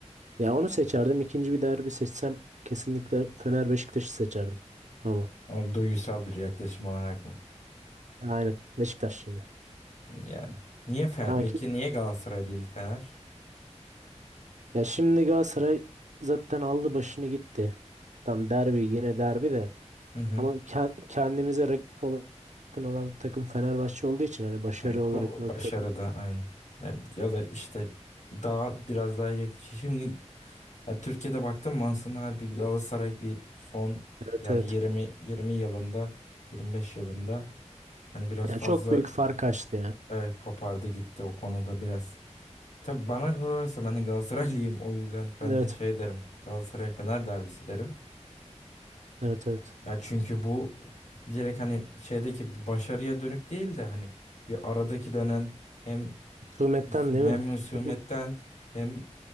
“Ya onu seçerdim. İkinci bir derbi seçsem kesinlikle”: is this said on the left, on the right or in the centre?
Right